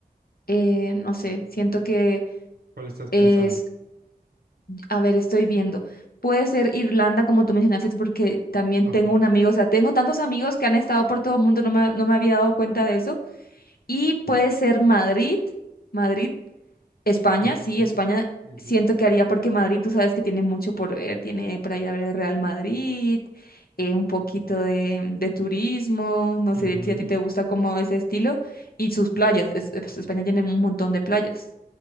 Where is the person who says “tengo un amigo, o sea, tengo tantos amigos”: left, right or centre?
Left